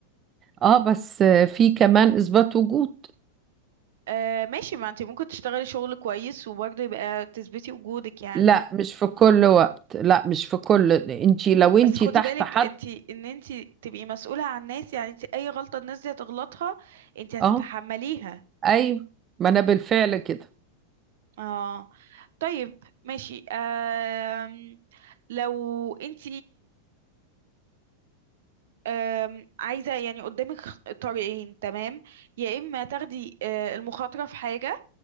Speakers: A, on the right; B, on the right.
A: اه بس في كمان اثبات وجود
B: آه ماشي ما انت ممكن تشتغلي شغل كويس وبرضه يبقى تثبتي وجودك يعني
A: لا مش في كل وقت لا مش في كل انتي لو انتي
B: بس خدي
A: تحت
B: بالك
A: حد
B: انت ان انت تبقي مسؤولة عن الناس يعني انت اي غلطة الناس دي هتغلطها انت هتتحمليها
A: اه ايوه ما انا بالفعل كده
B: اه طيب ماشي آم لو انت آم عايزة يعني قدامك خ- طريقين تمام يا اما تاخدي آه، المخاطرة في حاجة